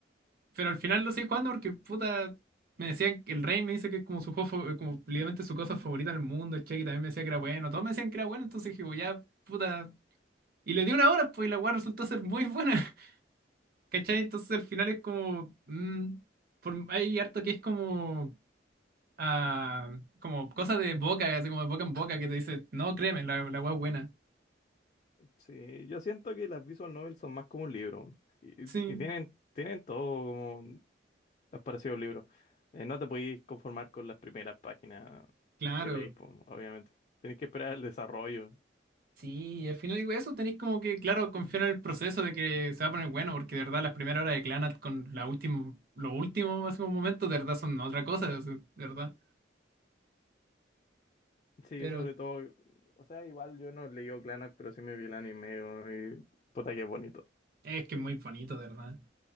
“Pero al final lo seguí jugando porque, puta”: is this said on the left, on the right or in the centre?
Right